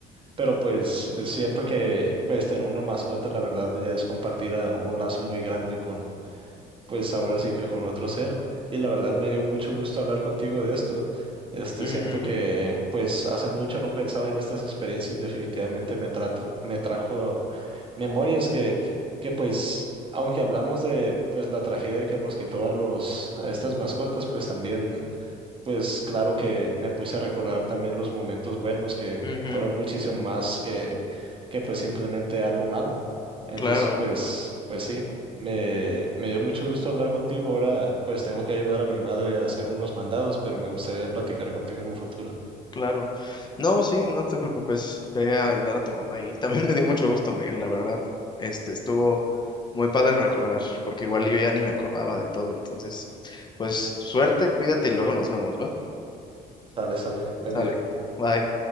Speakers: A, on the right; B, on the left.
A: pero pues siento que pues tener una mascota, la verdad, ya es compartir a un lazo muy grande con pues ahora sí que con otro ser. Y la verdad me dio mucho gusto hablar contigo de esto. Este,
B: Ujú,
A: siento que pues hace mucho no pensaba en estas experiencias y definitivamente me trato, me trajo memorias que, que pues, aunque hablamos de pues la tragedia que nos quitó a los, a estas mascotas, pues también pues claro que me puse a recordar también los momentos buenos que
B: ujú,
A: fueron muchísimo más que, que pues simplemente algo malo. Entonces,
B: claro.
A: pues, pues sí, me, me dio mucho gusto hablar contigo. Ahora, pues tengo que ayudar a mi madre a hacer unos mandados, pero me gustaría platicar contigo en un futuro.
B: Claro. No, sí, no te preocupes. Ve a ayudar a tu mamá. Y también <laughs> me dio mucho gusto, Miguel, la verdad. Este, estuvo muy padre recordar, porque igual yo ya ni me acordaba de todo. Entonces, pues suerte, cuídate y luego nos vemos, ¿va?
A: Sale, sale. Buen
B: Sale.
A: día.
B: Bye.